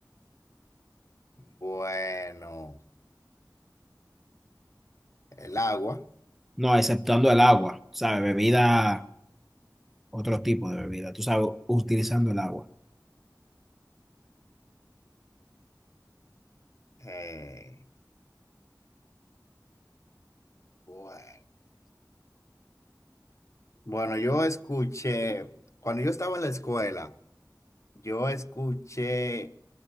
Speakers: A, on the left; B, in the centre.
A: Bueno, el agua.
B: No, exceptuando el agua, ¿sabes? Bebida, otro tipo de bebida, tú sabes, utilizando el agua.
A: Eh, bueno. Bueno, yo escuché, cuando yo estaba en la escuela, yo escuché